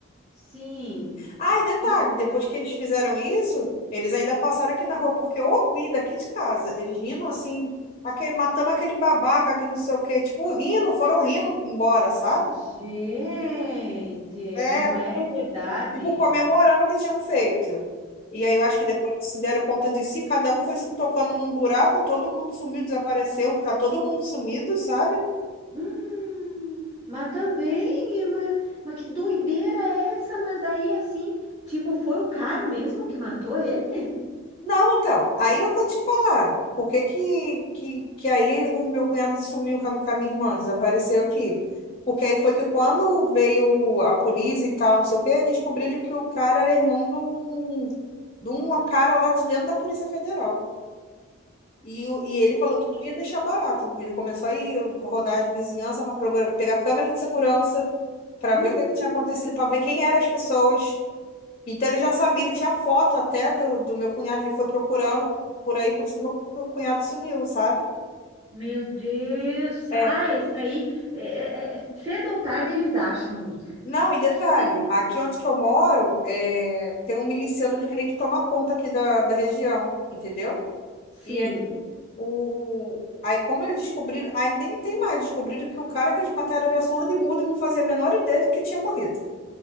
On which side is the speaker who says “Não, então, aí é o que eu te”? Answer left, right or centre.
Left